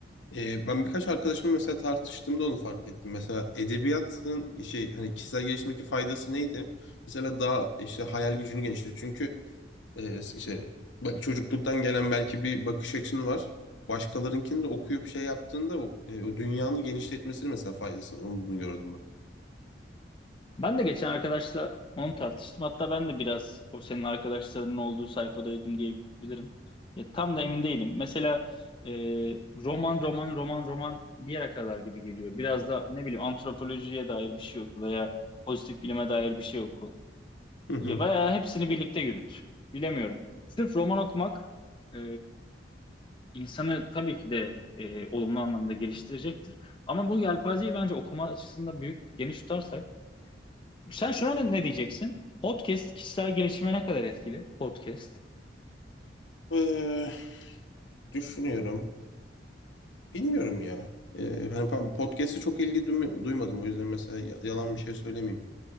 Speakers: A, on the left; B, on the left.
A: Ee, ben birkaç arkadaşımla mesela tartıştığımda onu fark ettim. Mesela edebiyatın şey hani kişisel gelişimdeki faydası neydi? Mesela daha işte hayal gücünü genişletiyor. Çünkü e, işte bak çocukluktan gelen belki bir bakış açın var. Başkalarınkini de okuyup şey yaptığında o, e, o dünyanı genişletmesini mesela faydası olduğunu gördüm ben.
B: Ben de geçen arkadaşla onu tartıştım. Hatta ben de biraz o senin arkadaşlarının olduğu sayfadaydım diyebilirim. Ya, tam da emin değilim. Mesela e, roman roman roman roman bir yere kadar gibi geliyor. Biraz da ne bileyim antropolojiye dair bir şey oku veya pozitif bilime dair bir şey oku.
A: Hı hı.
B: Ya, veya hepsini birlikte yürüt. Bilemiyorum. Sırf roman okumak e, insanı tabii ki de e, olumlu anlamda geliştirecektir. Ama bu yelpazeyi bence okuma açısından büyük, geniş tutarsak. Sen şuna ne, ne diyeceksin? Podcast kişisel gelişime ne kadar etkili? Podcast.
A: Ee, düşünüyorum. Bilmiyorum ya. Ee, hani pa- podcast'e çok ilgi duyma- duymadım o yüzden mesela ya- yalan bir şey söylemeyeyim.